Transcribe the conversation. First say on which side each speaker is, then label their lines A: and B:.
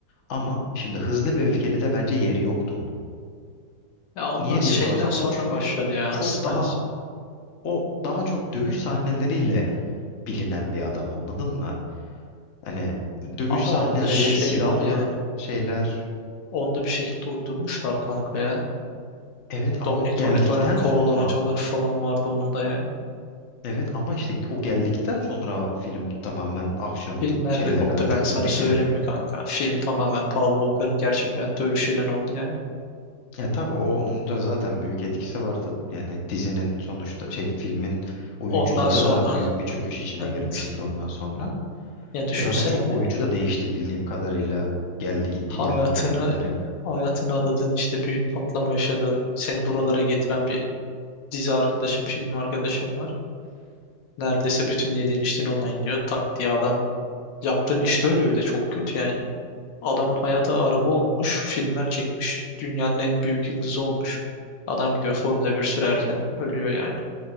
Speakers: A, on the left; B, on the left.
A: Ama şimdi Hızlı ve Öfkeli de bence yeri yoktu onun.
B: Ya ondan
A: Niye
B: şeyden
A: diye sorarsan
B: sonra
A: o çünkü
B: başladı ya
A: çok
B: aslında.
A: daha o daha çok dövüş sahneleriyle bilinen bir adam anladın mı? Hani dövüş
B: Ama
A: sahneleri
B: onun da şey
A: silahlı
B: var yani.
A: şeyler
B: Onu da bir şekilde uydurmuşlar kanka ya.
A: evet ama
B: Dominic
A: o geldikten
B: Toretto'nun kovalamacaları
A: sonra
B: falan vardı onun da yani.
A: Evet ama işte o geldikten sonra film tamamen aksiyon
B: Film nerede
A: şeylerine
B: koptu
A: daha
B: ben
A: çok
B: sana
A: döndü
B: söyleyeyim
A: ki.
B: mi kanka? Film tamamen Paul Walker'ın gerçek hayatta ölüşüyle oldu yani.
A: Ya tabii o onun da zaten büyük etkisi vardı. Yani dizinin sonuçta şey filmin oyuncuları
B: Ondan sonra
A: da büyük bir çöküş içine
B: evet.
A: girmiştir ondan sonra.
B: Ya düşünsene
A: E zaten çok oyuncu da değişti bildiğim kadarıyla. Geldi gitti
B: hayatını
A: geldi gitti birileri.
B: hayatını adadığın işte büyük patlama yaşadığın seni buralara getiren bir dizi arkadaşım film arkadaşım var. Neredeyse bütün yediğin içtiğin ondan gidiyor. Tak diye adam yaptığın işte ölüyor bir de çok kötü yani. Adamın hayata araba olmuş, filmler çekmiş, dünyanın en büyük yıldızı olmuş. Adam gidiyor Formula 1 sürerken ölüyor yani.